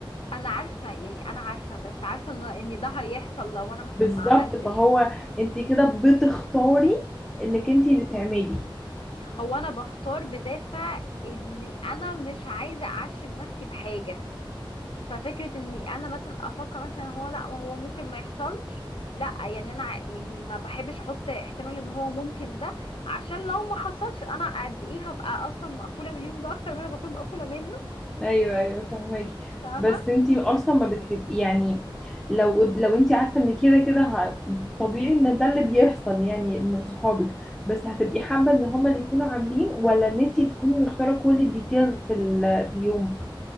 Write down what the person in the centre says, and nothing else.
بالظبط
فهو انتي كده بتختاري انك انتي اللي تعملي
ايوه ايوه فهماكي
بس انتي اصلا ما بتحبي يعني لو لو انتي عارفه ان كده كده ه- طبيعي ان ده اللي بيحصل يعني من صحابك بس هتبقي حابه ان هما اللي يكونوا عاملين ولا ان انتي تكوني مختاره كل الديتيلز في, ال- في اليوم